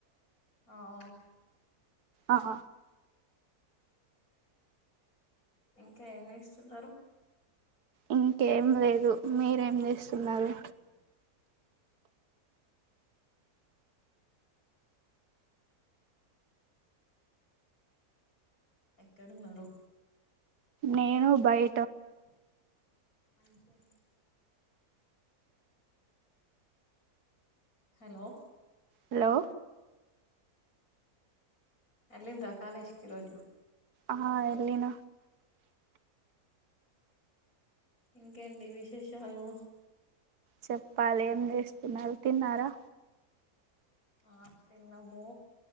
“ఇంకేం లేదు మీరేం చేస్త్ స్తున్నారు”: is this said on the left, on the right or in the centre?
Right